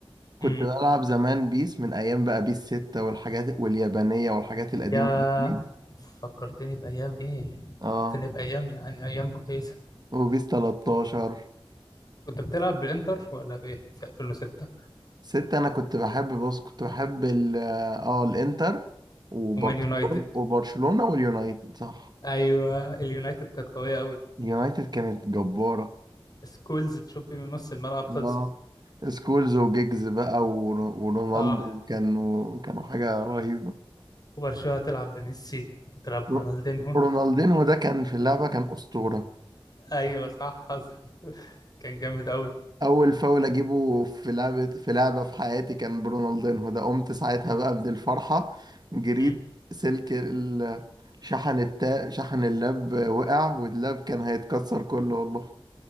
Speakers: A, on the right (about 45°); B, on the left (about 45°).
A: كنت
B: امم
A: بلعب زمان بيس من ايام بقى بيس 6 والحاجات واليابانية والحاجات القديمة
B: يا
A: دي
B: فكرتني بايام ايه
A: اه
B: فكرتني بايام يعني ايام كويسه
A: وبيس 13
B: كنت بتلعب بالانتر ولا بايه في 2006
A: 6 انا كنت بحب بص كنت بحب ال اه آه، الانتر وبرشلونة
B: ومان يونايتد
A: وبرشلونة واليونايتد صح
B: ايوه اليونايتد كانت قويه قوي
A: اليونايتد كانت جبارة
B: سكولز تشوبي من نص الملعب خلصت
A: اه سكولز وجيجز بقى ور- ورونالدو
B: صح
A: كانوا كانوا حاجة رهيبة
B: وبرشلونة تلعب بميسي وتلعب
A: رو-
B: برونالدينو
A: رونالدينهو ده كان في اللعبة كان أسطورة
B: <laughs> ايوه صح حصل كان جامد قوي
A: اول فاول اجيبه في لعبه في لعبه في حياتي كان برونالدينهو ده قمت ساعتها بقى من الفرحه جريت
B: مم.
A: سلك ال- شحن التا شحن اللاب وقع واللاب كان هيتكسر كله والله